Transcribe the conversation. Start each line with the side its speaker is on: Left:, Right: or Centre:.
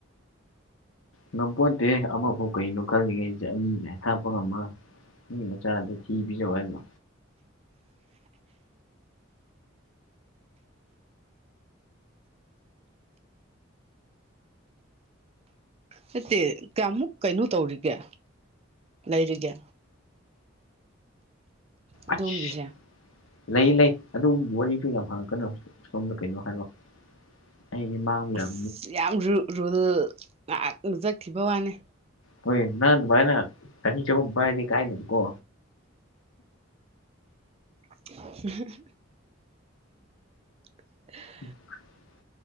Left: ꯉꯝꯄꯣꯠꯇꯦꯍꯦ ꯑꯃꯐꯥꯎ ꯀꯩꯅꯣ ꯈꯜꯂꯤꯉꯩꯁꯤꯗ ꯑꯅꯤꯀꯥꯏ ꯊꯥꯛꯄ ꯉꯝꯃꯔꯣꯏ ꯃꯤꯃꯆꯥꯗꯣ ꯊꯤ ꯄꯤꯖꯧ ꯍꯥꯏꯕ꯭ꯔꯣ
Right: ꯅꯠꯇꯦ ꯀꯌꯥꯃꯨꯛ ꯀꯩꯅꯣ ꯇꯧꯔꯤꯒꯦ ꯂꯩꯔꯤꯒꯦ ꯑꯗꯣꯝꯒꯤꯁꯦ
Left: ꯑꯁ ꯂꯩ ꯂꯩ ꯑꯗꯨꯒꯨꯝꯕ ꯋꯥꯔꯤꯁꯨ ꯌꯥꯝ ꯍꯪꯉꯛꯀꯅꯨ ꯁꯣꯝꯗ ꯀꯩꯅꯣ ꯍꯥꯏꯔꯣ ꯑꯩꯗꯤ ꯃꯥꯥꯡꯕ ꯌꯥꯝ
Right: ꯑꯁ ꯌꯥꯝ ꯔꯨ ꯔꯨꯜ ꯉꯥꯛꯅ ꯆꯠꯈꯤꯕ ꯋꯥꯅꯦ
Left: ꯍꯣꯏ ꯅꯪ ꯑꯗꯨꯃꯥꯏꯅ ꯆꯅꯤ ꯆꯍꯨꯝ ꯄꯥꯏꯔꯗꯤ ꯀꯥꯏꯗꯒꯤꯀꯣ
Right: <unintelligible> <unintelligible>
Left: <inaudible>